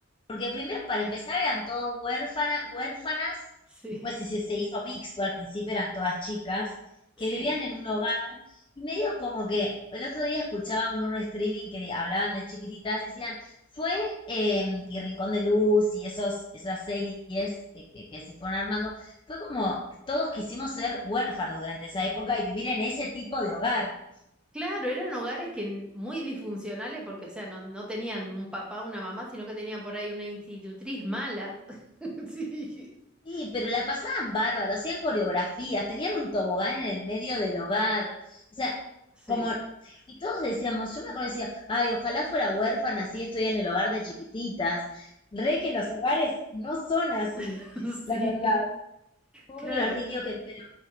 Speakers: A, on the left; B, in the centre.
A: Porque primero, para empezar, eran todos huérfana, huérfanas,
B: Sí,
A: después se, se hizo mixto, al principio eran todas chicas,
B: sí.
A: que vivían en un hogar, y medio como que el otro día escuchaba un, un streaming que di- hablaban de chiquititas, decían, fue, eh, y Rincón de Luz y esos, esas series eh, que, que se fueron armando, fue como todos quisimos ser huérfanos durante esa época y vivir en ese tipo de hogar.
B: Claro, eran hogares que n- muy disfuncionales porque, o sea, no, no tenían un papá, una mamá, sino que tenían por ahí una institutriz mala. <laughs> Sí,
A: Sí, pero la pasaban bárbaro, hacían coreografías, tenían un tobogán en el medio del hogar, o sea,
B: sí,
A: como, y todos decíamos, yo me acuerdo decía, ay, ojalá fuera huérfana, así estoy en el hogar de chiquititas, re que los hogares no son así,
B: <laughs> sí.
A: la verdad, pobre
B: Claro,
A: los niños que, pero